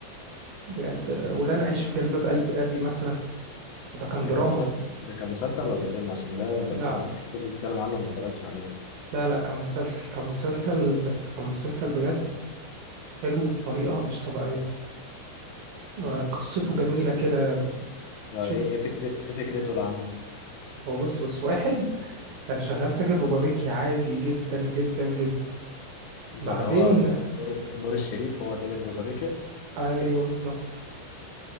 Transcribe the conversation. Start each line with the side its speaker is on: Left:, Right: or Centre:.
Right: بجد آه، ولا انا اعيش في جلباب قلب ابي مثلا وده كان
Left: ده
Right: دراما
Left: كان مسلسل ده كان مسلسل ولا فيلم عشان ده بسمع
Right: لا
Left: ناس كتير بتتكلم عنه وما اتفرجتش عليه
Right: لا لا كان مسلسل كان مسلسل بس كان مسلسل بجد حلو بطريقة مش طبيعية آه، قصته
Left: لكن
Right: جميلة كده بت- بتشوف
Left: آه، ايه ايه فكرة ايه فكرته العامة
Right: هو بص بص واحد كان شغال تاجر روبابيكي عادي جدا جدا جدا
Left: ده
Right: بعدين
Left: اللي هو نور نور نور الشريف هو تاجر الربابيكيا
Right: ايوه بالظبط